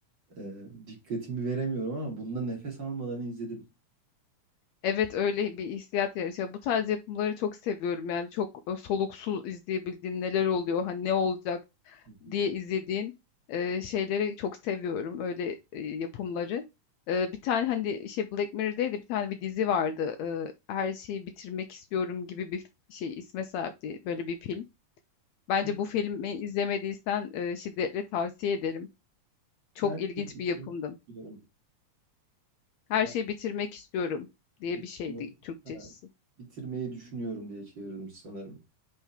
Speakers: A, on the right; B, on the left.
A: e, dikkatimi veremiyorum ama bunda nefes almadan izledim.
B: Evet öyle bir hissiyat yaratıyor. Bu tarz yapımları çok seviyorum. Yani çok e, soluksuz izleyebildiğin neler oluyor, hani ne olacak
A: Hı hı.
B: diye izlediğin e, şeyleri çok seviyorum. Öyle e, yapımları. E, bir tane hani şey Black Mirror'daydı, bir tane bir dizi vardı. E, Her şeyi bitirmek istiyorum gibi bir şey isme sahipti. Böyle bir film. Bence
A: Hı.
B: bu filmi izlemediysen e, şiddetle tavsiye ederim. Çok
A: Her
B: ilginç
A: şeyi bitirmiyorum.
B: bir yapımdı. Her
A: Her
B: şeyi bitirmek istiyorum diye
A: bitirme-
B: bir şeydi Türkçesi.
A: ha, bitirmeyi düşünüyorum diye çevrilmiş sanırım.